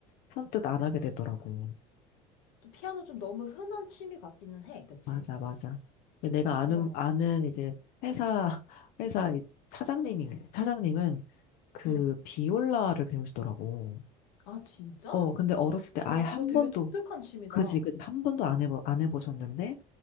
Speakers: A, on the left; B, on the left.
A: 선뜻 안 하게 되더라고.
B: 또 피아노 좀 너무 흔한 취미 같기는 해, 그치?
A: 맞아, 맞아. 근데 내가 아는,
B: 어,
A: 아는 이제 회사, <laughs> 회사 이 차장님이,
B: 응,
A: 차장님은 그
B: 응.
A: 비올라를 배우시더라고.
B: 아, 진짜?
A: 어, 근데 어렸을 때 아예
B: 야,
A: 한
B: 그거 되게
A: 번도,
B: 독특한 취미다.
A: 그지, 그지, 한 번도 안 해보, 안 해보셨는데,